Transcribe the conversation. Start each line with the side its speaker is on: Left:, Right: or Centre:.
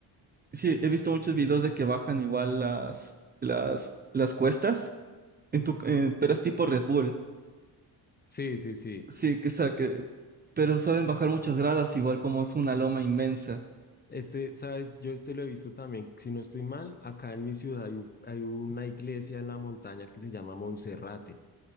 Right: sí, he visto muchos videos de que bajan igual las, las, las cuestas, en tu, eh, pero es tipo Red Bull.
Left: Sí, sí, sí.
Right: Sí, que, sa- que, pero saben bajar muchas gradas igual como es una loma inmensa.
Left: Este, sabes, yo este lo he visto también, si no estoy mal, acá en mi ciudad hay, un- hay una iglesia en la montaña que se llama Monserrate